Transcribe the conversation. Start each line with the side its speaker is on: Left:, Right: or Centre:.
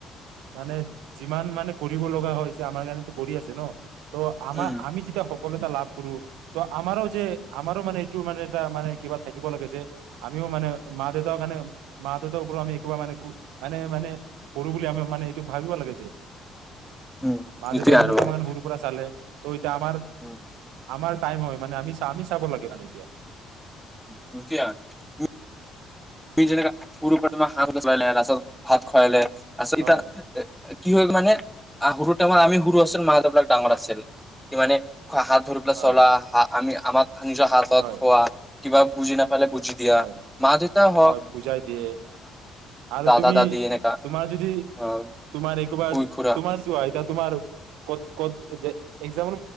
Right: মানে যিমান মানে কৰিব লগা হয় যে আমাৰ কাৰণো কৰি আছে ন ত আমাৰ
Centre: উম
Right: আমি যেতিয়া সকলো এা লাভ কৰো ত আমাৰো যে আমাৰো মানে এইটো মানে এটা মানে কিবা থাকিব লাগে যে আমিও মানে মা দেউতা কাৰণে মা দেউতাৰ ওপৰত আমি একোবা মানে মানে মানে কৰো বুলি আমি মানে ভাবিব লাগিছিল
Centre: উম
Right: মা
Centre: তেতিয়া
Right: দেউতা
Centre: আৰু মানে
Right: তোমাৰ সুৰ পৰা চালে ত' আমাৰ,
Centre: উম
Right: আমাৰ টাইম হয় মানে আমি আমি চাব লাগে মানে এতিয়া।
Centre: <unintelligible> তুমি যেনে সৰুপমাৰ হাঁহ গচুৱাই ল তাৰপাছত ভাত খোৱাই লে আছত
Right: হয়
Centre: এতয়া কি হয় মানে আহুৰত আমি হৰু আছিল মা দেউতাক ডাঙৰ আছিল কি মানে হাত ধৰপাক
Right: হয়
Centre: চলা বা ‌আমি আমাক। ধনিজ হাতত
Right: হয়
Centre: খোৱা। কিবা বুজি না বুজি দিয়া
Right: হয়
Centre: মা দেউ
Right: হয় বুজাই দিয়ে আৰু
Centre: দাদা
Right: তুমি
Centre: দাদি এনেকা
Right: তোমাৰ যদি
Centre: অ
Right: তোমাৰ একোবা
Centre: খুই খুৰা
Right: তোমাৰ চোৱা এয়া তোমাৰ ক'ত ক'ত যে এজামৰ